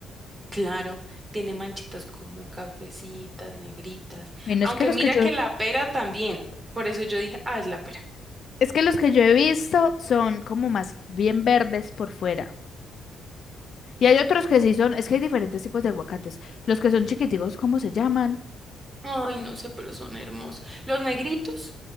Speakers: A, on the right; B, on the left.
A: Claro, tiene manchitas como cafecitas, negritas.
B: bueno,
A: Aunque
B: es que los
A: mira
B: que yo,
A: que la pera también. Por eso yo dije, ah, es la pera.
B: es que los que yo he visto son como más bien verdes por fuera. Y hay otros que sí son, es que hay diferentes tipos de aguacates. Los que son chiquiticos, ¿cómo se llaman?
A: Ay, no sé, pero son hermosos. Los negritos,